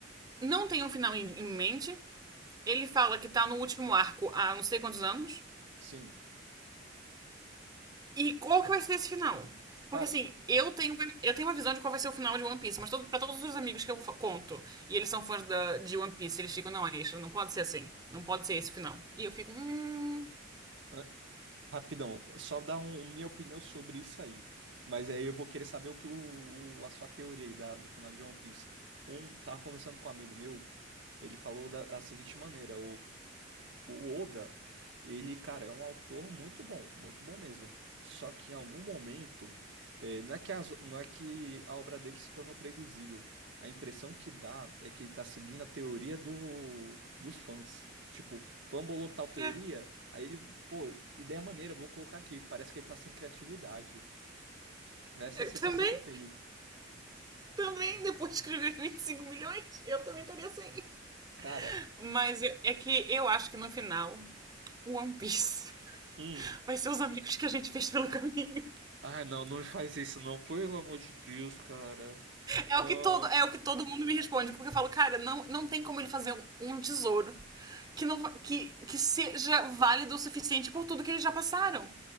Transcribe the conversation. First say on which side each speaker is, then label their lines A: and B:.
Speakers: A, on the right (about 20°); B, on the right (about 65°).
A: Não tem um final em, em mente. Ele fala que tá no último arco há não sei quantos anos.
B: Sim.
A: E qual que vai ser esse final? Porque
B: Cara,
A: assim, eu tenho, uma, eu tenho uma visão de qual vai ser o final de One Piece, mas todo, pra todos os amigos que eu fa- conto, e eles são fãs da- de One Piece, eles ficam, não, Aisha, não pode ser assim. Não pode ser esse final. E eu fico, hum.
B: Ah, Rapidão, só dar um, um, minha opinião sobre isso aí. Mas aí eu vou querer saber o que o, o- a sua teoria aí da- do final de One Piece. Um, tava conversando com um amigo meu, ele falou da, da seguinte maneira: o Oda, ele, cara, é um autor muito bom, muito bom mesmo. Só que em algum momento, eh, não é que as- não é que a obra dele se tornou previsível. A impressão que dá é que ele tá seguindo a teoria do, dos fãs. Tipo, fã bolou tal teoria,
A: É,
B: aí ele, pô, ideia maneira, vou colocar aqui. Parece que ele tá sem criatividade. Essa
A: eu
B: é a sensação
A: também,
B: que eu tenho.
A: também, depois de escrever 25 milhões, eu também estaria assim.
B: Cara,
A: Mas eu- é que eu acho que no final, o One Piece <laughs>
B: hum.
A: vai ser os amigos que a gente fez pelo caminho.
B: Ai, não, não me faz isso, não. Pelo amor de Deus, cara.
A: É
B: Não.
A: o que todo, é o que todo mundo me responde, porque eu falo, cara, não, não tem como ele fazer um, um tesouro que não que, que seja válido o suficiente por tudo que eles já passaram.